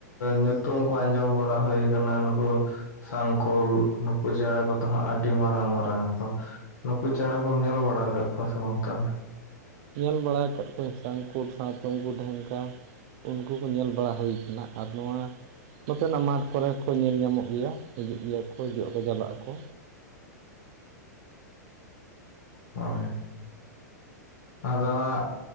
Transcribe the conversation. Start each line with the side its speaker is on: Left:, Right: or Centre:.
Left: ᱧᱩᱛᱩᱢ ᱠᱚ ᱟᱸᱡᱚᱢ ᱵᱟᱲᱟ ᱦᱩᱭ ᱠᱟᱱᱟ ᱱᱩᱠᱩ, ᱥᱟᱝᱠᱳᱞ ᱱᱩᱠᱩ ᱪᱮᱸᱬᱮ ᱠᱚᱫᱚ ᱦᱟᱸᱜ ᱟᱹᱰᱤ ᱢᱟᱨᱟᱝ ᱢᱟᱨᱟᱝ ᱟᱠᱚ᱾ ᱱᱩᱠᱩ ᱪᱮᱸᱬᱮ ᱠᱚᱢ ᱧᱮᱞ ᱵᱟᱲᱟ ᱠᱟᱫ ᱠᱚᱣᱟ ᱥᱮ ᱵᱟᱝ ᱛᱟᱦᱚᱞᱮ?
Right: ᱧᱮᱞ ᱵᱟᱲᱟ ᱟᱠᱟᱫ ᱠᱚᱣᱟᱧ ᱥᱟᱝᱠᱩ ᱥᱟᱸᱶᱛᱮ ᱩᱱᱠᱩ ᱰᱷᱮᱝᱠᱟ᱾ ᱩᱱᱠᱩ ᱠᱚ ᱧᱮᱞ ᱵᱟᱲᱟ ᱦᱩᱭ ᱠᱟᱱᱟ ᱟᱨ ᱱᱚᱣᱟ, ᱱᱚᱛᱮ ᱱᱟᱜ ᱢᱟᱴᱷ ᱠᱚᱨᱮ ᱦᱚᱸᱠᱚ ᱧᱮᱞ ᱧᱟᱢᱚᱜ ᱜᱮᱭᱟ ᱦᱤᱡᱩᱜ ᱜᱮᱭᱟ ᱠᱚ ᱦᱤᱡᱩᱚᱜ ᱟᱠᱚ ᱪᱟᱞᱟᱜ ᱟᱠᱚ᱾
Left: ᱦᱳᱭ᱾ ᱟᱫᱚ ᱦᱟᱸᱜ,